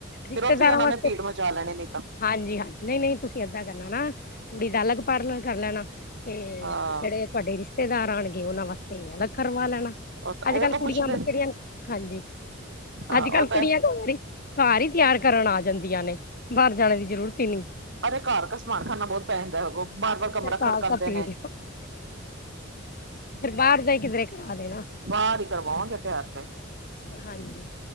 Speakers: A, on the left; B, on the right.
A: ਰਿਸ਼ਤੇਦਾਰਾਂ
B: ਫੇਰ ਉੱਥੇ ਉਹਨਾਂ
A: ਵਾਸਤੇ
B: ਨੇ ਭੀੜ ਮਚਾ ਲੈਣੇ ਨੇ ਤਾਂ।
A: ਹਾਂਜੀ ਹਾਂ ਨਹੀਂ-ਨਹੀਂ ਤੁਸੀਂ ਏਦਾਂ ਕਰਨਾ ਨਾ ਕੁੜੀ ਦਾ ਅਲੱਗ ਪਾਲਰ ਕਰ ਲੈਣਾ। ਤੇ
B: ਹਾਂ
A: ਜਿਹੜੇ ਤੁਹਾਡੇ ਰਿਸ਼ਤੇਦਾਰ ਆਉਣਗੇ ਉਹਨਾਂ ਵਾਸਤੇ ਅਲੱਗ ਕਰਵਾ ਲੈਣਾ।
B: ਉਹ
A: ਅੱਜ-ਕੱਲ
B: ਤਾਂ
A: ਕੁੜੀਆਂ
B: ਪੁੱਛਦੇ
A: ਬਥਰੀਆਂ ਹਾਂਜੀ
B: ਹਾਂ
A: ਅੱਜ-ਕੱਲ
B: ਉਹ ਤਾਂ
A: ਕੁੜੀਆਂ <unintelligible> ਘਰ ਹੀ ਤਿਆਰ ਕਰਨ ਆ ਜਾਂਦੀਆਂ ਨੇ, ਬਾਹਰ ਜਾਣ ਦੀ ਜ਼ਰੂਰਤ ਹੀ ਨਹੀਂ।
B: ਅਰੇ ਘਰ ਘ ਸਮਾਨ ਖਾਨਾ ਬਹੁਤ ਪੈ ਜਾਂਦਾ ਹੈਗੋ ਬਾਰ-ਬਾਰ ਕਮਰਾ
A: ਫਿਰ ਕਾਲ
B: ਖੜਕਾਉਂਦੇ
A: ਤਾਂ ਪੀੜ
B: ਨੇ।
A: ਫੇਰ ਬਾਰ ਦਾ ਈ ਕਿਧਰੇ ਕਰਾ ਦੇਨਾ।
B: ਬਾਰ ਈ ਕਰਵਾਵਾਂਗੇ ਤੇਯਾਰ ਤੇ।
A: ਹਾਂਜੀ।